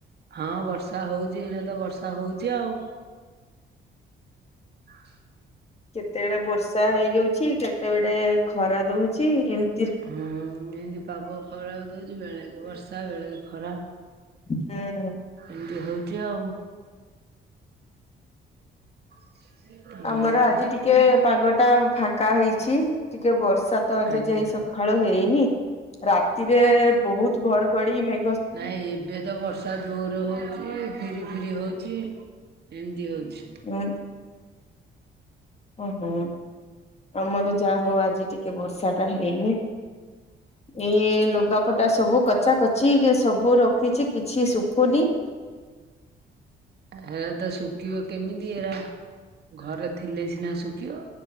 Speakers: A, on the right; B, on the left.
A: ହଁ ବର୍ଷା ହଉଛି ଏଇନେ ତ ବର୍ଷା ହଉଚି ଆଉ। ହ।
B: କେତେବେଳେ ବର୍ଷା ହେଇଯାଉଚି, କେତେ ବଳେ ଖରା ଦଉଚି। ଏମ୍
A: ହୁଁ ହେନ୍ତି ପାଗ ଖରାପ ଦଉଚି ବେଳେକେ ବର୍ଷା ବେଳେକେ ଖରା।
B: <unintelligible>
A: ଏମିତି ହଉଚି ଆଉ। ଆଉ
B: ଆମର ଆଜି ଟିକେ ପାଗ ଟା ଫାଙ୍କା ହେଇଚି। ଟିକେ ବର୍ଷା ତ ଏବେ
A: ଆଜ୍ଞା।
B: ଯାଇ ସ ସଖାଳୁ ହେଇନି। ରାତିରେ ବହୁତ୍ ଘଡଘଡି ମେ
A: ନାଇଁ ଏବେ ତ ବର୍ଷ ର୍ଷା ଜୋର ହଉଚି ଫିରି ଫିରି ହଉଚି ଏମିତି ହଉଚି।
B: <unintelligible> ଓହୋ। ଆମର ଯାହା ହଉ ଆଜି ଟିକେ ବର୍ଷା ଟା ହେଇନି। ଏ ଇଏ ଲୁଗାପଟା ସବୁ କଚା କଚି ସବୁ ରଖିଚି କିଛି ଶୁଖୁନି।
A: ହେରା ତ ସୁକିବ କେମିତି ଏରା ଘରେ ଥିଲେ ସିନା ଶୁଖିବ।